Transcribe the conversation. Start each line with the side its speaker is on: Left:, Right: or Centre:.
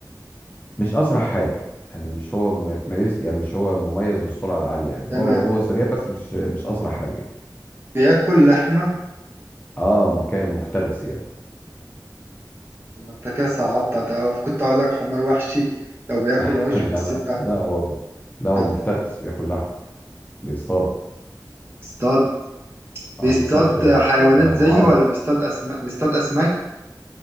Left: مش اسرع حاجه يعني مش هو متميز يعني مش هو مميز بالسرعه العاليه يعني
Right: تمام
Left: هو هو سريع بس مش مش اسرع حاجه
Right: بياكل لحمة
Left: اه م- كائن مفترس يعني
Right: طب ما انت كده صعبت ده كنت اقول لك حمار وحشي لو بياكل
Left: <laughs>
Right: عشب
Left: لا
Right: بس
Left: لا
Right: انت
Left: ده هو ده هو
Right: طب
Left: مفترس بياكل لحم بيصطاد
Right: بيصطاد
Left: اه
Right: بيصطاد
Left: بيصطاد في
Right: حيوانات
Left: في مجموعات
Right: زيه ولا بيصطاد اسماك بيصطاد اسماك